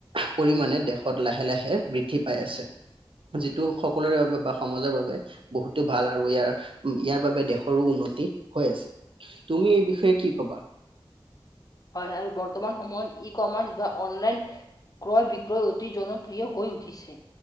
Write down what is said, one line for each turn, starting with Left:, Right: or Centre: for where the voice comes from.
Right: পৰিমাণে দেশত লাহে, লাহে বৃদ্ধি পাই আছে। যিটো সকলোৰে বাবে বা সমাজৰ বাবে। বহুতো ভাল আৰু ইয়াৰ, ইয়াৰ বাবে দেশৰো উন্নতি হৈ আছে। তুমি এই বিষয়ে কি ক'বা?
Left: হয়, হয় আৰু বৰ্তমান সময়ত ই কমাৰ্চ বা অনলাইন ক্ৰয় বিক্ৰয় অতি জনপ্ৰিয় হৈ উঠিছে,